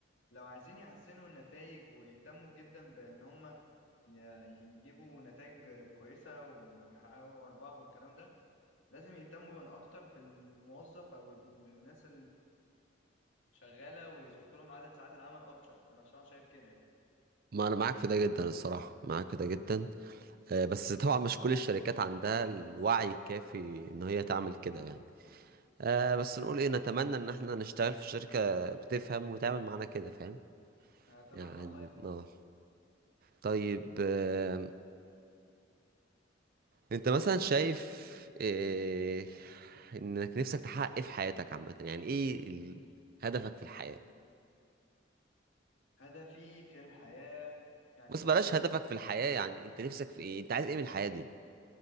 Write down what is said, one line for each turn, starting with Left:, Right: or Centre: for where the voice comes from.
Left: لو عايزين يحسنوا النتائج ويهتموا جدا بان هم يجيبوا نتائج كويسة ويحققوا ارباح والكلام ده لازم يهتموا اكتر بالموظف او الناس شغاله ويظبطوا لهم عدد ساعات العمل اكتر انا بصراحه شايف كده يعني
Right: ما انا معاك في ده جدا الصراحه معاك في ده جدا آه، بس طبعا مش كل الشركات عندها الوعي الكافي ان هي تعمل كده يعني آه بس نقول ايه نتمنى ان احنا نشتغل في شركه بتفهم وتعمل معانا كده فاهم
Left: أنا اتمنى
Right: يعني
Left: والله
Right: اه طيب آم، انت مثلا شايف إيه انك نفسك تحقق ايه في حياتك عامة يعني ايه ال- هدفك في الحياة
Left: هدفي في الحياه يعني
Right: بص
Left: اول
Right: بلاش
Left: حاجه
Right: هدفك في الحياة يعني انت نفسك في ايه انت عايز ايه من الحياة دي